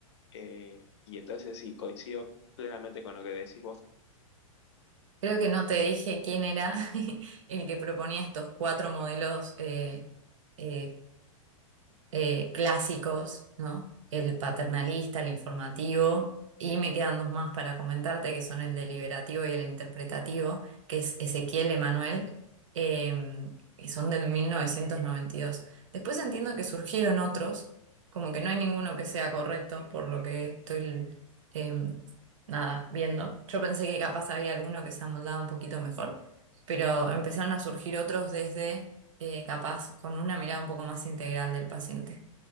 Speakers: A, on the left; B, on the right.
A: eh, y entonces sí, coincido plenamente con lo que decís vos.
B: Creo que no te dije quién era <laughs> el que proponía estos cuatro modelos eh, eh, eh, clásicos, ¿no? El paternalista, el informativo, y me quedan dos más para comentarte, que son el deliberativo y el interpretativo, que es Ezequiel Emanuel, eh, y son de 1992. Después entiendo que surgieron otros, como que no hay ninguno que sea correcto, por lo que estoy, eh, nada, viendo. Yo pensé que capaz había alguno que se amoldaba un poquito mejor, pero empezaron a surgir otros desde eh, capaz con una mirada un poco más integral del paciente.